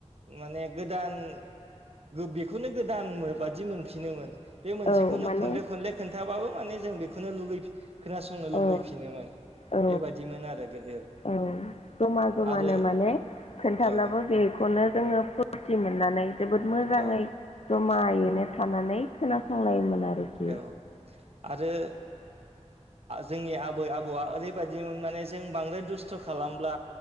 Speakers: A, on the right (about 55°); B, on the left (about 60°).
A: माने गोदान बेखौनो गोदान बादि मोनफिनोमोन। बे मोनसेखौनो
B: औ माने
A: खनले खनले खोन्थाबाबो माने जों बेखौनो लुगै खोनासंनो लुुबैफिनोमोन
B: औ औ
A: बेबायादिमोन आरो गोदो
B: औ जमा जमानो
A: आरो
B: माने खोन्थाब्लाबो
A: औ
B: बेखौनो जोङो फुरथि मोननानै जोबोद मोजाङै
A: औ
B: जमायैनो थानानै खोनासंलायोमोन। आरोखि
A: औ आरो जोंनि आबै आबौआ ओरैबायदि माने जों बांद्राय दुस्थ' खालामब्ला